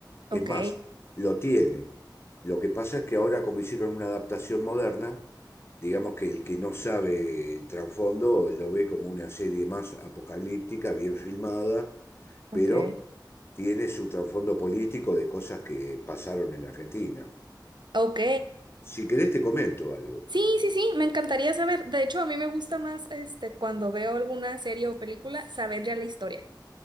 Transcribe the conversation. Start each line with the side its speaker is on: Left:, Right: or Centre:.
Left: Es
Right: ok,
Left: más, lo tiene. Lo que pasa es que ahora, como hicieron una adaptación moderna, digamos que el que no sabe el trasfondo lo ve como una serie más apocalíptica, bien filmada,
Right: ok.
Left: pero tiene su trasfondo político de cosas que pasaron en la Argentina.
Right: Ok,
Left: Si querés, te comento algo.
Right: Sí, sí, sí, me encantaría saber. De hecho, a mí me gusta más este cuando veo alguna serie o película saber ya la historia.